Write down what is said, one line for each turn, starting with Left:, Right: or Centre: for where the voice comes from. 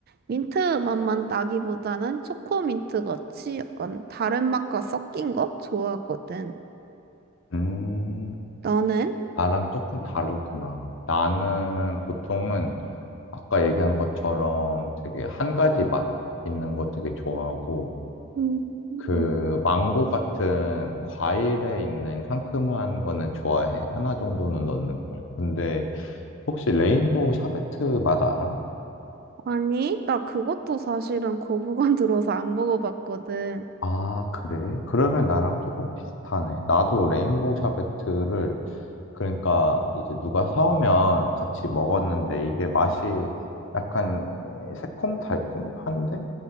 Right: 민트 맛만 나기보다는 초코민트 같이 약간 다른 맛과 섞인 거 좋아하거든.
Left: 음,
Right: 너는?
Left: 나랑 조금 다르구나. 나는 보통은 아까 얘기한 것처럼 되게 한 가지 맛 있는 거 되게 좋아하고,
Right: 음,
Left: 그 망고 같은 과일에 있는 상큼한 거는 좋아해. 하나 정도는 넣는 걸. 근데 혹시 레인보우 샤베트 맛 알아?
Right: 아니, 나 그것도 사실은 거부감 들어서 안 먹어봤거든.
Left: 아, 그래? 그러면 나랑 조금 비슷하네. 나도 레인보우 샤베트를 그러니까 이제 누가 사오면 같이 먹었는데 이게 맛이 약간 새콤달콤한데?